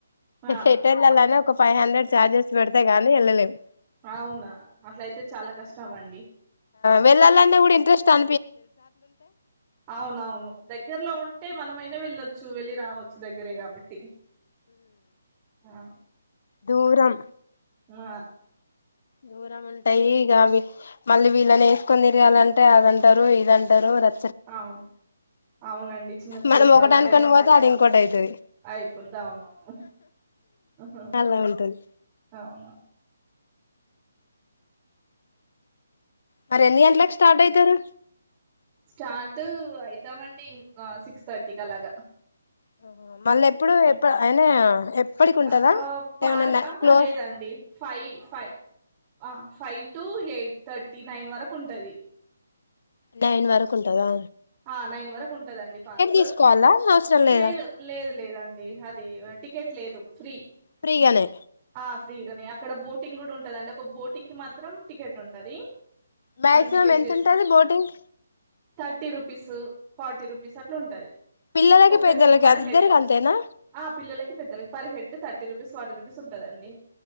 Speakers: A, on the right; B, on the left.
A: ఆ
B: హెటల్లాాలనా ఒక ఫైవ్ హండ్రెడ్ ఛార్జెస్ పెడతే గానీ వెళ్ళలేము
A: అవునా అట్లయితే చాలా కష్టం అండి
B: వెల్నే కూడాఊడి ఇంట్రెస్ట్ అ
A: అవునవును దగ్గరలో ఉంటే మనమై న్న వెళ్ళొచ్చు వెళ్ళి రావచ్చు దగ్గరే కాబట్టి ఆ
B: దూరం
A: ఆ
B: దూరం ఉంటాయి ఇక మళ్ళీ వీళ్ళని వేసుకొని తిరగాలంటే అదంటారు ఇదంటారు ర
A: అవును అవునండి చిన్నపిల్లలతో
B: మనం ఒకటి
A: అలాగ
B: అనుకొని
A: ఉంటుంది
B: పోతే అది ఇంకోటి అయితది
A: అయిపోదు అవునవును హాహాహా
B: అలా ఉంటది
A: అవునవును
B: మరి ఎన్ని గంటలకి స్టార్ట్ అవుతారు
A: స్టార్ట్ అయితామండి ఇంకా సిక్స్ థర్టీకి అలాగా
B: హ మళ్ళీ ఎప్పుడు ఎప్పు అయినా ఎప్పటికి ఉంటదా
A: ఆ ఆ పార్క్
B: ఏమన్నా
A: ఆహా
B: క్లోజ్
A: లేదండి five five a five to eight thirty nine వరకు ఉంటుంది
B: నైన్ వరకు ఉంటందా
A: ఆ నైన్ వరకు ఉంటందండి పార్క్
B: తీసుకోవాలా అవసరం లేదా
A: లేదు లేదు లేదండి అది టికెట్ లేదు ఫ్రీ
B: ఫ్రీగానే
A: ఆ ఫ్రీగానే అక్కడ బోటింగ్ కూడా ఉంటద అంట ఒక బోటింగ్ కి మాత్రం టికెట్ ఉంటది.
B: మాక్సిమం
A: మనం టికెట్
B: ఎంత
A: చేస్
B: ఉంటది boating
A: thirty rupees forty rupees అట్లా ఉంటది
B: పిల్లలకి
A: ఒకరికి
B: పెద్దలకి
A: పర్
B: ఇద్దరికి
A: హెడ్
B: అంతేనా
A: ఆ పిల్లలకి పెద్దానికి పర్హెడ్ థర్టీ రూపీస్ ఫర్టీ రు సుంట్టాదండి